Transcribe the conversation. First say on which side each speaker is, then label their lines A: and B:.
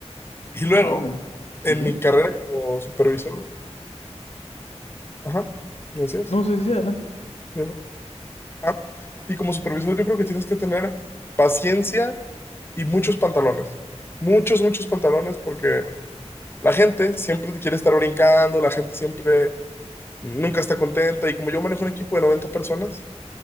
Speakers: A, on the left; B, on the left.
A: Y luego,
B: Wow. Sí,
A: en
B: sí.
A: mi carrera como supervisor, ajá, ¿me decías?
B: No sé si sí, adelante.
A: Yo, ah, y como supervisor yo creo que tienes que tener paciencia y muchos pantalones. Muchos, muchos pantalones porque la gente siempre te quiere estar brincando, la gente siempre nunca está contenta y como yo manejo un equipo de 90 personas,